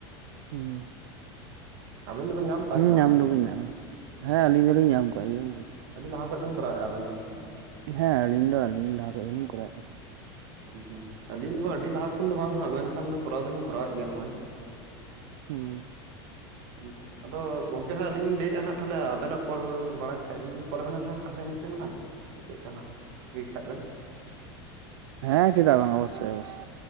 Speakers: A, on the right; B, on the right.
A: ᱦᱩᱸ
B: ᱟᱵᱮᱱ ᱫᱚ ᱵᱮᱱ ᱧᱟᱢ ᱠᱟᱜᱼᱟ
A: ᱦᱮᱸ
B: ᱥᱮ ᱵᱟᱝ
A: ᱧᱟᱢ
B: ᱦᱟᱸᱜ
A: ᱫᱚᱠᱚ
B: ᱢᱤᱫ ᱫᱷᱟᱣ ᱦᱚᱸ
A: ᱧᱟᱢ ᱦᱮᱸ ᱟᱹᱞᱤᱧ ᱦᱚᱞᱤᱧ ᱧᱟᱢ ᱟᱠᱟᱫ ᱜᱮᱭᱟ
B: ᱟᱹᱰᱤ ᱞᱟᱦᱟ ᱠᱷᱚᱡ ᱵᱮᱱ ᱠᱚᱨᱟᱣᱮᱫᱼᱟ᱾ ᱟᱵᱤᱱ ᱫᱚ ᱥᱮ
A: ᱦᱮᱸ ᱟᱹᱞᱤᱧ ᱫᱚ ᱟᱹᱞᱤᱧ ᱞᱟᱦᱟ ᱠᱷᱚᱡ ᱜᱮᱞᱤᱧ ᱠᱚᱨᱟᱣᱮᱜᱼᱟ᱾
B: ᱦᱩᱸ ᱦᱩᱸ ᱟᱹᱞᱤᱧ ᱦᱚᱸ ᱟᱹᱰᱤ ᱞᱟᱦᱟ ᱠᱷᱚᱱ ᱫᱚ ᱵᱟᱝ ᱦᱟᱸᱜ ᱢᱮᱱᱠᱷᱟᱱ ᱫᱚ ᱠᱚᱨᱟᱣ ᱫᱚᱞᱤᱧ ᱠᱚᱨᱟᱣᱮᱫ ᱜᱮᱭᱟ ᱱᱚᱜᱼᱚᱭ
A: ᱦᱩᱸ
B: <unintelligible> ᱟᱫᱚ ᱜᱚᱝᱠᱮ ᱦᱟᱸᱜ ᱟᱹᱞᱤᱧ ᱞᱤᱧ ᱞᱟᱹᱭᱮᱫᱼᱟ ᱦᱟᱸᱜ ᱛᱟᱞᱦᱮ ᱟᱵᱮᱱᱟᱜ ᱠᱚᱞ ᱵᱟᱲᱟ ᱠᱟᱛᱮᱫ ᱟᱹᱞᱤᱧ ᱞᱤᱧ ᱠᱚᱞ ᱟᱵᱮᱱᱟ ᱦᱟᱸᱜ ᱛᱟᱞᱦᱮ ᱢᱤᱫᱴᱮᱱ ᱜᱟᱱ ᱪᱮᱫ ᱠᱟᱜ ᱦᱟᱸᱜ ᱞᱟᱹᱭ ᱠᱷᱟᱡ ᱵᱮᱱ
A: ᱦᱮᱸ ᱪᱮᱫᱟᱜ ᱵᱟᱸᱜᱟ ᱚᱵᱚᱥᱟᱹᱭ ᱚᱵᱚᱥᱟᱹᱭ